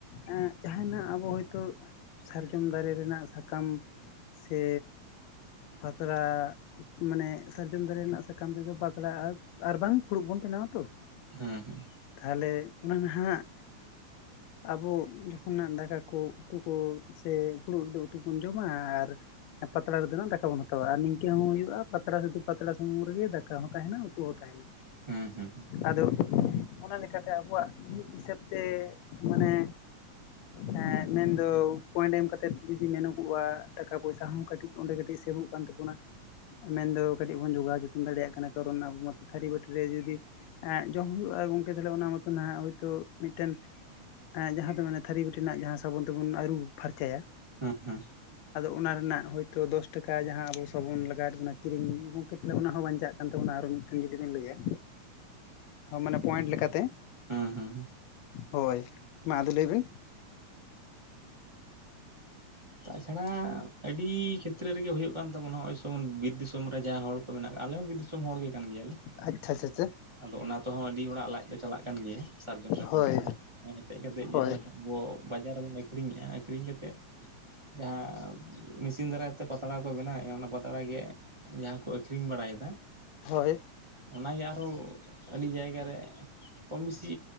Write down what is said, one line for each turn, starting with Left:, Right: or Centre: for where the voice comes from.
Left: ᱮ ᱡᱟᱦᱟᱸᱭᱱᱟᱜ ᱟᱵᱚ ᱦᱚᱭᱛᱳ ᱥᱟᱨᱡᱚᱢ ᱫᱟᱨᱮ ᱨᱮᱱᱟᱜ ᱥᱟᱠᱟᱢ ᱥᱮ ᱯᱟᱛᱲᱟ ᱢᱟᱱᱮ ᱥᱟᱨᱡᱚᱢ ᱫᱟᱨᱮ ᱨᱮᱱᱟᱜ ᱠᱟᱢ ᱛᱮᱫᱚ ᱯᱟᱛᱲᱟ ᱟᱨ ᱵᱟᱝ ᱯᱷᱩᱲᱩᱜ ᱵᱚᱱ ᱵᱮᱱᱟᱣᱟ ᱛᱚ
Right: ᱦᱮᱸ ᱦᱮᱸ
Left: ᱛᱟᱦᱚᱞᱮ ᱚᱱᱟ ᱱᱟᱦᱟᱸᱜ ᱟᱵᱚ ᱡᱚᱠᱷᱚᱱᱟᱜ ᱫᱟᱠᱟ ᱠᱚ ᱩᱛᱩ ᱠᱚ ᱥᱮ ᱯᱷᱩᱲᱩᱜ ᱨᱮᱫᱚ ᱩᱛᱩ ᱵᱚᱱ ᱡᱚᱢᱟ ᱟᱨ ᱯᱟᱛᱲᱟ ᱨᱮᱫᱚ ᱱᱟᱜ ᱫᱟᱠᱟ ᱵᱚᱱ ᱦᱟᱛᱟᱣᱟ ᱟᱨ ᱱᱤᱝᱠᱟᱹ ᱦᱚᱸ ᱦᱩᱭᱩᱜᱼᱟ ᱯᱟᱛᱲᱟ ᱥᱩᱫᱷᱩ ᱯᱟᱛᱲᱟ ᱥᱩᱢᱩᱝ ᱨᱮ ᱜᱮ ᱫᱟᱠᱟ ᱦᱚᱸ ᱛᱟᱦᱮᱱᱟ ᱩᱛᱩ ᱦᱚᱸ ᱛᱟᱦᱮᱱᱟ
Right: ᱦᱩᱸ ᱦᱩᱸ
Left: ᱟᱫᱚ ᱚᱱᱟ ᱞᱮᱠᱟᱛᱮ ᱟᱵᱚᱣᱟᱜ ᱢᱤᱫ ᱦᱤᱥᱟᱹᱵᱽ ᱛᱮ ᱢᱟᱱᱮ ᱦᱮᱸ ᱢᱮᱱᱫᱚ ᱯᱚᱭᱮᱱᱴ ᱮᱢ ᱠᱟᱛᱮᱫ ᱡᱩᱫᱤ ᱢᱮᱱᱚᱜᱚᱜᱼᱟ ᱴᱟᱠᱟ ᱯᱚᱭᱥᱟ ᱦᱚᱸ ᱠᱟᱹᱴᱤᱡ ᱚᱸᱰᱮ ᱠᱟᱹᱴᱤᱡ ᱥᱮᱵᱚᱜ ᱠᱟᱱ ᱛᱟᱵᱚᱱᱟ ᱢᱮᱱᱫᱚ ᱠᱟᱹᱴᱤᱡ ᱵᱚᱱ ᱡᱚᱜᱟᱣ ᱡᱚᱛ ᱫᱟᱲᱮᱭᱟᱜ ᱠᱟᱱᱟ ᱠᱟᱨᱚᱱ ᱟᱵᱚ ᱢᱟ ᱛᱷᱟᱹᱨᱤ ᱵᱟᱹᱴᱤ ᱨᱮ ᱡᱩᱫᱤ ᱮᱸᱜ ᱡᱚᱢ ᱦᱩᱭᱩᱜᱼᱟ ᱜᱚᱝᱠᱮ ᱛᱟᱦᱞᱮ ᱚᱱᱟ ᱢᱚᱛᱚᱭᱛᱳ ᱢᱤᱫᱴᱮᱱ ᱮᱸᱜ ᱡᱟᱦᱟᱸ ᱫᱚ ᱢᱟᱱᱮ ᱛᱷᱟᱹᱨᱤ ᱵᱟᱹᱴᱤ ᱨᱮᱱᱟᱜ ᱡᱟᱦᱟᱸ ᱥᱟᱵᱚᱱ ᱛᱮᱵᱚᱱ ᱟᱹᱨᱩ ᱯᱷᱟᱨᱪᱟᱭᱟ
Right: ᱦᱮᱸ ᱦᱮᱸ
Left: ᱟᱫᱚ ᱚᱱᱟ ᱨᱮᱱᱟᱜ ᱦᱳᱭᱛᱳ ᱫᱚᱥ ᱴᱟᱠᱟ ᱡᱟᱦᱟᱸ ᱟᱵᱚ ᱥᱟᱵᱚᱱ ᱞᱟᱜᱟᱣᱮᱫ ᱵᱚᱱᱟ ᱠᱤᱨᱤᱧ ᱜᱚᱝᱠᱮ <unintelligible> ᱚᱱᱟ ᱦᱚᱸ ᱵᱟᱧᱪᱟᱜ ᱠᱟᱱ ᱛᱟᱵᱚᱱᱟ ᱟᱨᱚ ᱢᱤᱫᱴᱮᱱ ᱡᱩᱫᱤ ᱵᱮᱱ ᱞᱟᱹᱭᱟ ᱢᱟᱱᱮ ᱯᱚᱭᱮᱱᱴ ᱞᱮᱠᱟᱛᱮ
Right: ᱦᱩᱸ ᱦᱩᱸ ᱦᱩᱸ
Left: ᱦᱳᱭ ᱢᱟ ᱟᱫᱚ ᱞᱟᱹᱭ ᱵᱤᱱ
Right: ᱛᱟᱪᱷᱟᱲᱟ ᱟᱹᱰᱤ ᱠᱷᱮᱛᱨᱮ ᱨᱮᱜᱮ ᱦᱩᱭᱩᱜ ᱠᱟᱱ ᱛᱟᱵᱚᱱᱟ ᱱᱚᱜᱼᱚᱭ ᱥᱚᱢᱚᱱ ᱵᱤᱨ ᱫᱤᱥᱚᱢ ᱨᱮ ᱡᱟᱦᱟᱸᱭ ᱦᱚᱲ ᱟᱞᱮ ᱦᱚᱸ ᱵᱤᱨ ᱫᱤᱥᱚᱢ ᱦᱚᱲᱜᱮ ᱠᱟᱱ ᱜᱮᱭᱟᱞᱮ
Left: ᱟᱪᱪᱷᱟ ᱟᱪᱪᱷᱟ ᱟᱪᱪᱷᱟ
Right: ᱟᱫᱚ ᱚᱱᱟ ᱛᱮᱦᱚᱸ ᱟᱹᱰᱤ ᱦᱚᱲᱟᱜ ᱞᱟᱡ ᱫᱚ ᱪᱟᱞᱟᱜ ᱠᱟᱱᱟ ᱠᱟᱱ ᱜᱮᱭᱟ ᱥᱟᱨᱡᱚᱢ ᱥᱟᱠᱟᱢ
Left: ᱦᱳᱭ
Right: ᱠᱚᱦᱚᱸ ᱦᱮᱴᱮᱡ ᱠᱟᱛᱮ
Left: ᱦᱳᱭ
Right: ᱡᱟᱦᱟᱸ ᱞᱮᱠᱟ ᱟᱵᱚ ᱵᱟᱡᱟᱨ ᱨᱮᱵᱚᱱ ᱟᱹᱠᱷᱨᱤᱧᱮᱜᱼᱟ ᱟᱹᱠᱷᱨᱤᱧ ᱠᱟᱛᱮᱫ ᱡᱟᱦᱟᱸ ᱢᱮᱥᱤᱱ ᱫᱟᱨᱟᱭ ᱛᱮ ᱯᱟᱛᱲᱟ ᱠᱚ ᱵᱮᱱᱟᱣᱮᱫᱼᱟ ᱚᱱᱟ ᱯᱟᱛᱲᱟ ᱜᱮ ᱡᱟᱦᱟᱸᱠᱩ ᱟᱹᱠᱷᱨᱤᱧ ᱵᱟᱲᱟᱭᱮᱫᱟ
Left: ᱦᱳᱭ
Right: ᱚᱱᱟᱜᱮ ᱟᱨᱦᱚᱸ ᱟᱹᱰᱤ ᱡᱟᱭᱜᱟ ᱨᱮ ᱠᱚᱢ ᱵᱮᱥᱤ